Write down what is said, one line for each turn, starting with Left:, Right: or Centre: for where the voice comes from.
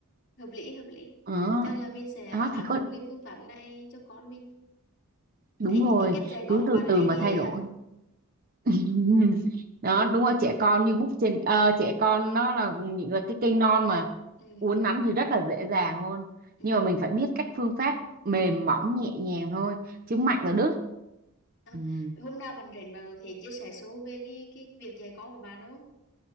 Left: hợp lý hợp lý
Right: Ờ
Left: chắc là mình sẽ à,
Right: đó
Left: áp
Right: thì có
Left: dụng cái phương pháp này cho con mình
Right: đúng
Left: thấy
Right: rồi
Left: những cái cách dạy con
Right: cứ
Left: của
Right: từ
Left: bạn
Right: từ
Left: hay
Right: mà
Left: ghê
Right: thay
Left: á
Right: đổi <laughs> đó đúng rồi trẻ con như búp trên ờ, trẻ con nó là những là cái cây non mà
Left: ừ
Right: uốn nắn thì rất là dễ dàng luôn
Left: ừ
Right: nhưng mà mình phải biết cách phương pháp mềm mỏng nhẹ nhàng thôi chứ
Left: ừ
Right: mạnh là đứt
Left: à,
Right: ừ.
Left: hôm nào bạn rảnh bạn có thể chia sẻ sâu về cái cái việc dạy con của bạn không